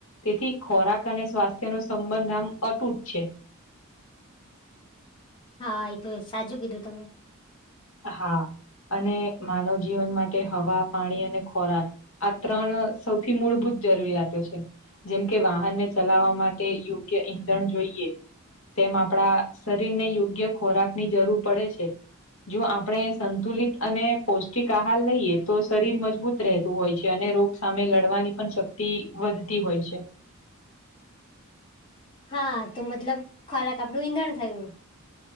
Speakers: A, on the left; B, on the left.
A: તેથી ખોરાક અને સ્વાસ્થ્ય નો સંબંધ આમ અટૂટ છે
B: હા એ તો સાચું કીધું તમે
A: હા અને માનવ જીવન માટે હવા પાણી અને ખોરાક આ ત્રણ સૌથી મૂળભૂત જરૂરિયાતો છે જેમ કે વાહનને ચલાવા માટે યોગ્ય ઈંધણ જોઈએ તેમ આપડા શરીરને યોગ્ય ખોરાક ની જરૂર પડે છે જો આપણે સંતુલિત અને પૌષ્ટિક આહાર લઈએ તો શરીર મજબૂત રહેતું હોય છે અને રોગ સામે લડવાની પણ શક્તિ વધતી હોય છે
B: હા તો મતલબ ખોરાક આપડું ઈંધણ થયું